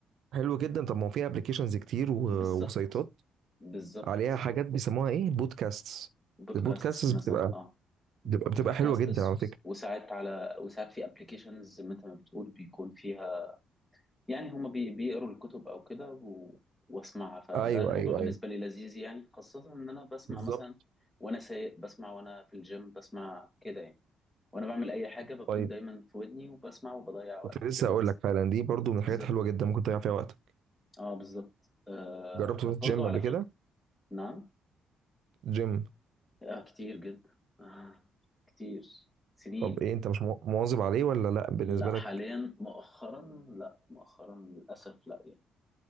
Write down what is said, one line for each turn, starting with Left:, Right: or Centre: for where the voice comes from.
Right: حلو جدا طب ما هو في ابلكيشنز كتير و-
Centre: بالظبط
Right: وسيطات
Centre: بالظبط
Right: عليها حاجات بيسموها ايه بودكاستس
Centre: بودكاست
Right: البودكاستس
Centre: مثلا
Right: بتبقى
Centre: اه
Right: بتبقى بتبقى
Centre: بودكاست
Right: حلوه جدا على فكره
Centre: وساعات على وساعات في ابلكيشنز زي ما انت ما بتقول بيكون فيها يعني هما بي- بيقروا الكتب او كده و... واسمعها فده
Right: ايوه
Centre: الموضوع
Right: ايوه
Centre: بالنسبه
Right: ايوه
Centre: لي لذيذ يعني خاصه ان انا بسمع
Right: بالظبط
Centre: مثلا وانا سايق بسمع وانا في الجيم بسمع كده يعني وانا بعمل اي حاجه بكون
Right: طيب
Centre: دايما في ودني وبسمع وبضيع
Right: كنت
Centre: وقت
Right: لسه
Centre: يعني
Right: اقول
Centre: بس
Right: لك فعلا دي برضو من الحاجات
Centre: بالظبط
Right: الحلوه جدا ممكن تضيع فيها وقتك
Centre: اه بالظبط آه
Right: جربت تروح
Centre: برضو
Right: جيم
Centre: على
Right: قبل
Centre: فكره
Right: كده
Centre: نعم
Right: جيم
Centre: آه كتير جدا آه كتير سنين
Right: طب ايه انت مش مو- مواظب عليه ولا لا بالنسبه
Centre: لا
Right: لك
Centre: حاليا مؤخرا لا مؤخرا للأسف لا يعني